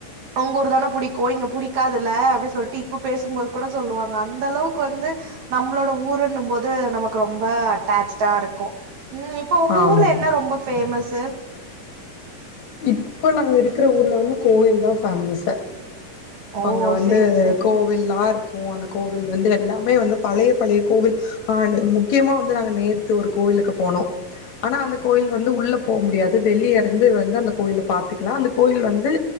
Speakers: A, on the right; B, on the left.
A: ஒங்க ஊர் தானே புடிக்கு இங்க புடிக்காதுல்ல அப்டி சொ டி இப்ப பேசும்போது கூட சொல்லுவாங்க அந்த அளவுக்கு வந்து நம்மளோட ஊரு ன்னு போது நமக்கு ரொம்ப அட்டாச்டா இருக்கு ம் இப்ப ஒங்க
B: ஆமா
A: ஊர்ல என்ன ரொம்ப ஃபேமஸு
B: இப்ப நாங்க இருக்கிற ஊர்ல வந்து கோயில் தா ஃபேமஸே
A: ஓ
B: அங்க வந்து
A: சேரி சேரி
B: கோவில்லாருக்கு அந்த கோவில் வந்து எல்லாமே வந்து பழய பழய கோவில் ஹ முக்கியமா வந்து நாங்க நேத்து ஒரு கோயிலுக்கு போனோ னோ ஆனா அந்த கோயில் வந்து உள்ள போ முடியாது வெளியே இருந்து வந்து அந்த கோயில பாத்துக்கலா அந்த கோயில் வந்து